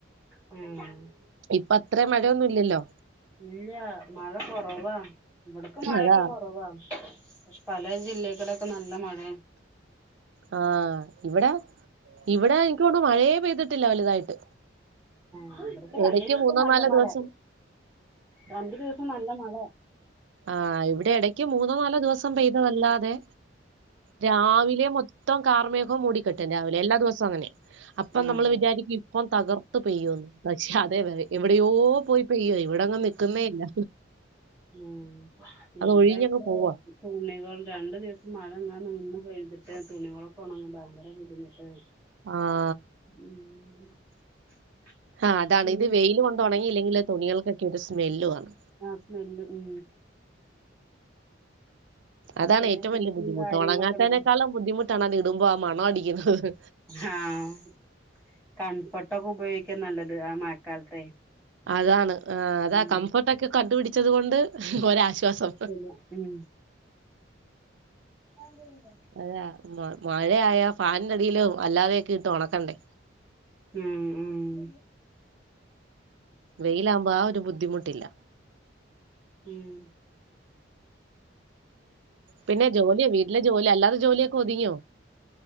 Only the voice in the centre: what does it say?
ഉം
ഇല്ല മഴ കുറവാ ഇവിടെക്ക് മഴക്കെ
കുറവാ പക്ഷെ പല ജില്ലകളൊക്കെ നല്ല മഴയാണ്.
ആ ഇവിടത്തെ രണ്ടേ
ദിവസ ഇപ്പ
നല്ല
മഴ
രണ്ടു ദിവസം നല്ല മഴ
ആഹ്
ഉം ആ ഇവിടെ
ഇപ്പോ
തുണികൾ രണ്ടു ദിവസം മഴ നിന്ന് നിന്ന് പെയ്തിട്ട് തുണികളൊക്കെ ഉണങ്ങാൻ ഭയങ്കര ബുദ്ധിമുട്ട്
ഉം
പിന്നെ
ആഹ് സ്മെല്ല് ഉം
പിന്നെ
കൃഷിയും
കാര്യങ്ങളൊക്കെ
ഉണ്ടോ
ആഹ് കൺഫർട്ടൊക്കെ ഉപയോഗിക്കാൻ നല്ലത് ആഹ് മഴക്കാലത്തെ
ഉം
കൊഴപ്പല്ല ഉം <unintelligible>
ഉം ഉം
ഉം